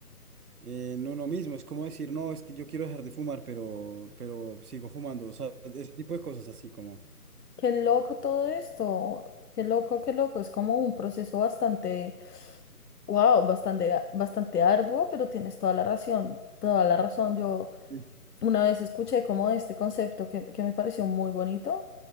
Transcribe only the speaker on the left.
Qué loco todo esto. Qué loco, qué loco. Es como un proceso bastante, wow, bastante, a- bastante arduo, pero tienes toda la razón, toda la razón. Yo
una vez escuché como este concepto que, que me pareció muy bonito.